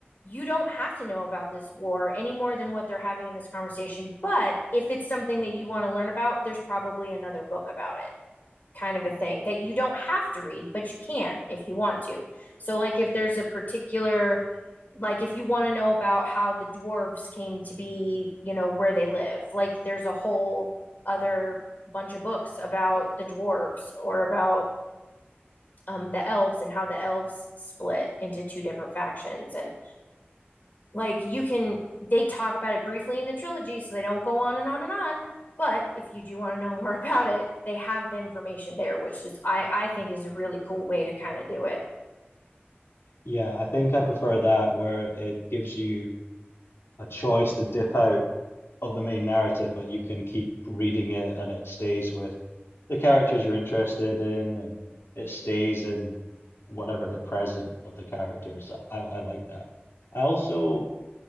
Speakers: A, on the left (about 60°); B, on the left (about 85°).
A: you don't have to know about this war any more than what they're having in this conversation but if it's something that you want to learn about there's probably another book about it kind of a thing that you don't have to read, but you can if you want to. So, like, if there's a particular, like, if you want to know about how the dwarves came to be, you know, where they live, like, there's a whole other bunch of books about the dwarves or about um, the elves and how the elves split into two different factions and like you can they talk about it briefly in the trilogy so they don't go on and on and on but if you do want to know <laughs> more about it they have the information there which is i i think is a really cool way to kind of do it
B: Yeah, I think I prefer that where it gives you a choice to dip out of the main narrative, but you can keep reading it and it stays with the characters you're interested in and it stays in whatever the present of the characters. I, I like that. I also,